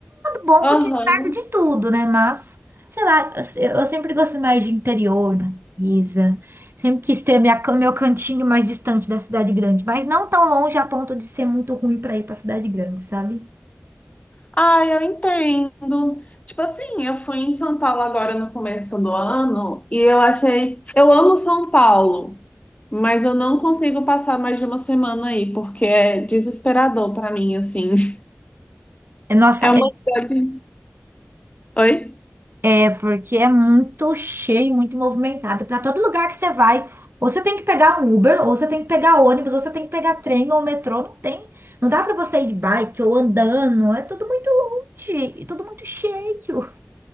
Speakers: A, on the right; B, on the left.
A: bom
B: Aham.
A: porque é perto de tudo, né? Mas, sei lá, eu, eu sempre gostei mais de interior, natureza. Sempre quis ter minha, can- meu cantinho mais distante da cidade grande, mas não tão longe a ponto de ser muito ruim para ir para cidade grande, sabe?
B: Ah, eu entendo. Tipo assim, eu fui em São Paulo agora no começo do ano e eu achei. Eu amo São Paulo, mas eu não consigo passar mais de uma semana aí, porque é desesperador pra mim, assim. <laughs>
A: É, Nossa,
B: É uma cidade. Oi?
A: é porque é muito cheio, muito movimentado. Para todo lugar que você vai, ou você tem que pegar um Uber, ou você tem que pegar ônibus, ou você tem que pegar trem ou metrô, não tem. Não dá para você ir de bike ou andando, é tudo muito longe, e tudo muito cheio.